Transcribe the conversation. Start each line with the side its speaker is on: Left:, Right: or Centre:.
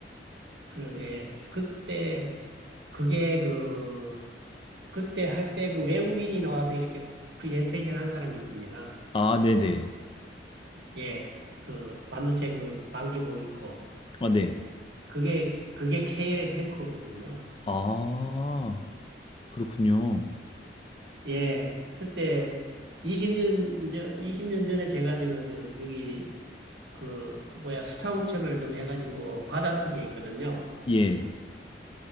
Right: 그, 예. 그때 그게 그 그때 할 때 그 외국인이 나와서 이렇게 프레젠테이션 한 사람이 있습니다.
Left: 아, 네네.
Right: 예. 그 반도체 그 방지복 입고
Left: 아, 네.
Right: 그게 그게 KL의 탱커거든요.
Left: 아, 그렇군요.
Right: 예, 그때 20년, 저, 이십 년 전에 제가 저거, 저, 거기, 그, 뭐야, 수탁 옵션을 좀 해가지고 받았던 게 있거든요.
Left: 예.